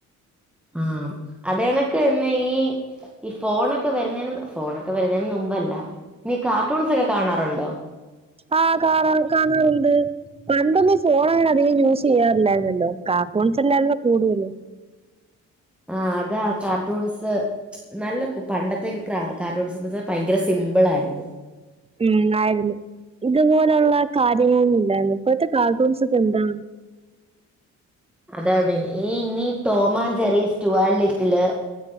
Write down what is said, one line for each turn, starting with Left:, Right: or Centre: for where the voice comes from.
Centre: ആം അതുകണക്കുതന്നെ ഈ ഈ ഫോണൊക്കെ വരുന്നതിന് ഫോണൊക്കെ വരുന്നതിന് മുമ്പല്ലാ നീ കാർട്ടൂൺസ് ഒക്കെ കാണാറുണ്ടോ.
Right: ആ കാണ കാണാറുണ്ട് പണ്ടൊന്നും ഫോണങ്ങനെ യൂസ് ചെയ്യാറില്ലായിരുന്നല്ലോ കാർട്ടൂൺസല്ലായിരുന്നോ കൂടുതലും
Centre: ആ അതാ കാർട്ടൂൺസ്. നല്ല കു പണ്ടത്തെക്കെ കാർ കാർട്ടൂൺസ് സ് ഭയങ്കര സിമ്പിൾ ആയിരുന്നു
Right: ഉം ആയിരുന്നു ഇതുപോലൊള്ള കാര്യങ്ങളൊന്നും ഇല്ലായിരുന്നു ഇപ്പഴത്തെ കാർട്ടൂൺസൊക്കെ എന്താ
Centre: അതാണ് ഈ ഇനി ടോമാൻജെറി സ്റ്റുവാൻലിറ്റില്